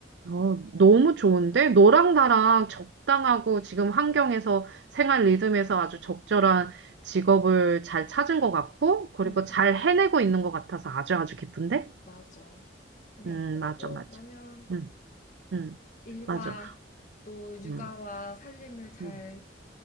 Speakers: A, on the right; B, on the left.
A: 어, 너무 좋은데? 너랑 나랑 적당하고 지금 환경에서 생활 리듬에서 아주 적절한 직업을 잘 찾은 것 같고, 그리고
B: 음,
A: 잘 해내고 있는 것 같아서 아주 아주 기쁜데?
B: 맞아. 우리
A: 음,
B: 앞으로도
A: 맞아, 맞아.
B: 그러면
A: 음, 음,
B: 일과
A: 맞아.
B: 또 육아와
A: 음,
B: 살림을 잘
A: 음,